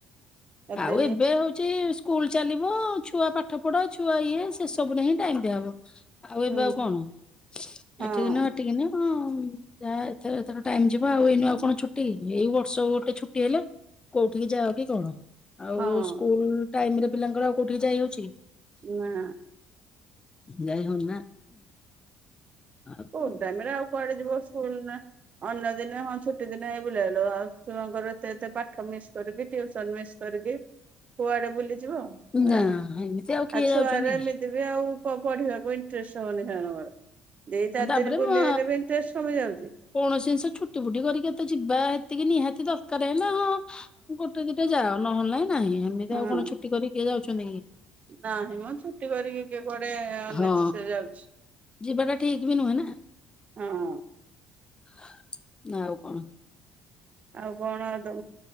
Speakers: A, on the right; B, on the left.
A: ଏତେନି
B: ଆଉ ଏବେ ହଉଛି ସ୍କୁଲ ଚାଲିବ। ଛୁଆ ପାଠ ପଢ ଛୁଆ ଇଏ ସେ ସବୁରେ ହିଁ ଟାଇମ ଦିଆ ହବ। ଆଉ
A: ହୁଁ
B: ଏବେ ଆଉ କଣ
A: ହଁ
B: ଏଠିକିନ ହାଟିକିିନ କ ଯାହା ଏଥର ଏଥର ଟାଇମ ଯିବ ଆଉ ଏଇନୁ ଆଉ କଣ ଛୁଟି ଏଇ ବର୍ଷ ଗୋଟେ ଛୁଟି ହେଲେ କୋଉଠିକି ଯାଅ କି କଣ। ଆଉ
A: ହଁ।
B: ସ୍କୁଲ ଟାଇମରେ ପିଲାଙ୍କର ଆଉ କଉଠି କି ଯାଇ ହଉଛି
A: ନା।
B: ଯାଇ ହଉ ନି ନା।
A: <unintelligible>
B: ଆଉ
A: କୁଆଡେ
B: କଣ
A: ଯିବ ସ୍କୁଲ ଅନ୍ୟ ଦିନେ ହଁ ଛୁଟି ଦିନ ହେଇ ବୁଲି ଆଇଲ ଆଉ ଛୁଆଙ୍କର ଏତେ ଏ ପାଠ ମିସ୍ କରିକିସ ମିସ୍ କରିକି କୁଆଡେ ବୁଲି ଆଉ
B: ନା ଏମିତି ଆଉ କିଏ ଯାଉଛନ୍ତି
A: ଛୁଆର
B: କି
A: ଏମିତି ବି ଆଉ ପଢିବାକୁ <unintelligible>
B: ତାପରେ
A: ଦିନ ବୁଲି
B: ମୁଁ
A: ଆଇଲେ ବି ଇଣ୍ଟରେଷ୍ଟ କମି ଯାଉଛି
B: କୌଣସି ଜିନିଷ ଛୁଟି ଫୁଟି କରିକି ଏତେ ଯିବା ସେତିକି ନିହାତି ତ ଦରକାର ହେଲା ହଁ ଗୋଟେ ଦିଟା ଯାଅ ନହେଲେ ନାହିଁ ଏମିତି
A: ହଁ
B: ଆଉ କଣ ଛୁଟି କରି କିଏ ଯାଉଛନ୍ତି କି
A: ନାହିଁ ମ ଛୁଟି କରିକି କିଏ କୁଆଡେ ଅନେସେସେରି
B: ହଁ
A: ଯାଉଛି।
B: ଯିବାଟା ଠିକ୍ ବି ନୁହେଁ ନା <inaudible>
A: ହଁ
B: <inaudible> ନା ଆଉ କଣ?
A: ଆଉ କଣ ତ